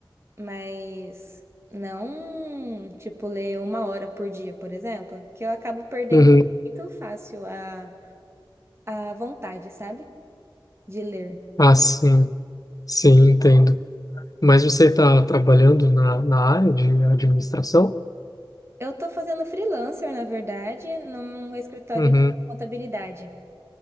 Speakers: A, on the right (about 30°); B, on the left (about 45°).
A: mas não, tipo, ler uma hora por dia, por exemplo, que eu acabo perdendo
B: Uhum.
A: muito fácil a, a vontade, sabe? De ler.
B: Ah, sim, sim, entendo. Mas você está trabalhando na, na área de administração?
A: Eu tô fazendo freelancer, na verdade, num escritório
B: Uhum.
A: de contabilidade.